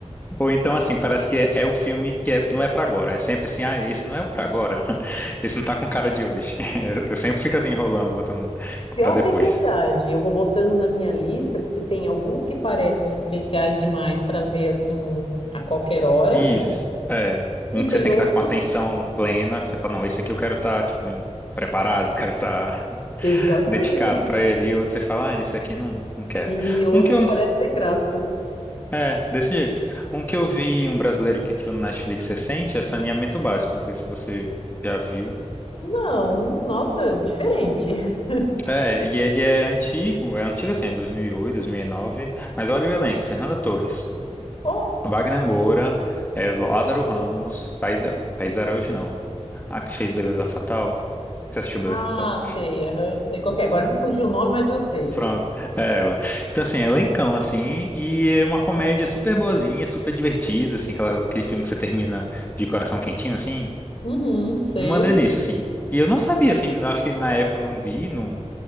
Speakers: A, on the left; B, on the left.
A: Ou então, assim, parece que é, é o filme que é- não é pra agora. É sempre assim, ah, esse não é o pra agora. <laughs> Esse não tá com cara de hoje. <laughs> Eu sempre fico assim enrolando, botando
B: Pior
A: pra depois.
B: que é verdade. Eu vou botando na minha lista, porque tem alguns que parecem especiais demais para ver assim a qualquer hora,
A: Isso,
B: né?
A: é. Um
B: E tem
A: que você tem
B: outros.
A: que estar com atenção plena, que você fala, não, esse aqui eu quero estar, tipo, preparado, eu quero estar <laughs>
B: Exatamente.
A: dedicado pra ele. E outro você fala, ah, esse aqui não, não quero.
B: E outros
A: Um que eu não
B: parecem sem graça.
A: É, desse jeito. Um que eu vi, um brasileiro que entrou no Netflix recente, é Saneamento Básico. Não sei se você já viu.
B: Não, nossa, diferente. <laughs>
A: É, e ele é antigo, é antigo assim, é 2008, 2009. Mas olha o elenco: Fernanda Torres,
B: Oh,
A: Wagner Moura, é, Lázaro Ramos, Thaís, Thaís Araújo, não. A que fez Beleza Fatal. Você assistiu Beleza
B: ah,
A: Fatal?
B: sei, aham. Sei qual que é. Agora me fugiu o nome, mas eu sei.
A: Pronto, é ela. Então, assim, elencão, assim, e é uma comédia super boazinha, super divertida, assim, aquela- aquele filme que você termina de coração quentinho, assim.
B: Uhum, sei.
A: Uma delícia, assim. E eu não sabia, assim, acho que na época eu não vi, não,